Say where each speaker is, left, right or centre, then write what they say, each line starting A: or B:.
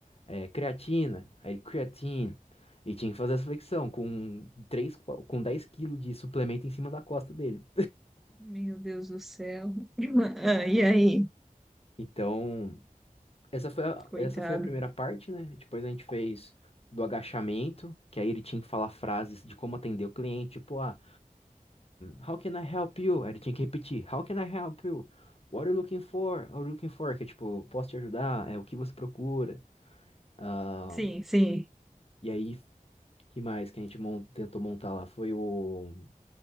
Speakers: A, on the left; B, in the centre.
A: é, creatina, aí creatine. E tinha que fazer essa flexão com três com 10 quilos de suplemento em cima da costa dele.
B: Meu Deus do céu. <laughs> Ah, e aí?
A: Então, essa foi a,
B: Coitado.
A: essa foi a primeira parte, né? Depois a gente fez do agachamento, que aí ele tinha que falar frases de como atender o cliente, tipo, ah. How can I help you? Aí ele tinha que repetir. How can I help you? What are you looking for? What are you looking for? Que é tipo, posso te ajudar? É o que você procura? Ah,
B: Sim, sim.
A: e aí, que mais que a gente mon- tentou montar lá? Foi o